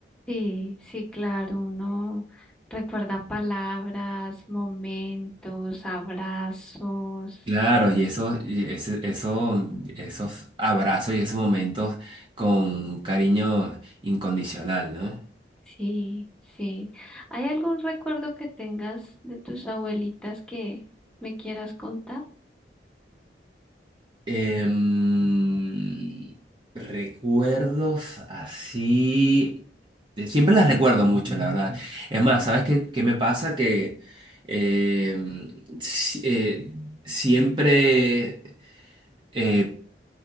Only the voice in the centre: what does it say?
Sí, sí, claro, uno recuerda palabras, momentos, abrazos.
Sí, sí. ¿Hay algún recuerdo que tengas de tus abuelitas que me quieras contar?